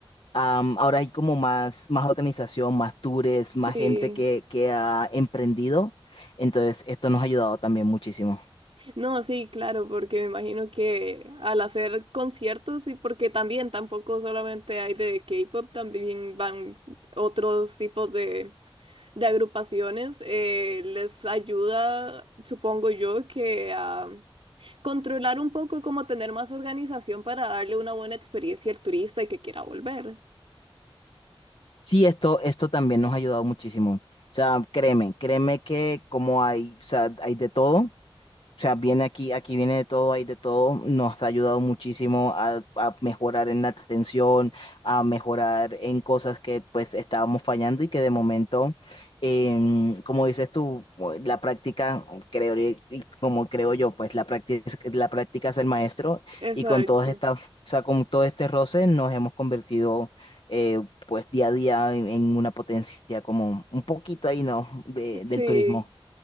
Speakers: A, on the left; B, on the right.
A: am, ahora hay como más, más organización, más tours, más
B: Sí.
A: gente que, que ha emprendido, entonces esto nos ha ayudado también muchísimo.
B: No, sí, claro, porque me imagino que al hacer conciertos y porque también tampoco solamente hay de K-pop, también van otros tipos de, de agrupaciones, eh, les ayuda, supongo yo, que a controlar un poco, como tener más organización para darle una buena experiencia al turista y que quiera volver.
A: Sí, esto, esto también nos ha ayudado muchísimo. O sea, créeme, créeme que como hay, o sea, hay de todo. O sea, viene aquí, aquí viene de todo, hay de todo. Nos ha ayudado muchísimo a, a mejorar en la atención, a mejorar en cosas que pues estábamos fallando y que de momento, em, como dices tú, la práctica, creo, y- y como creo yo, pues la práctica, la práctica es el maestro
B: Exacto.
A: y con todas estas, o sea, con todo este roce nos hemos convertido eh, pues día a día en, en una potencia como un poquito ahí, ¿no? De-
B: Sí.
A: del turismo.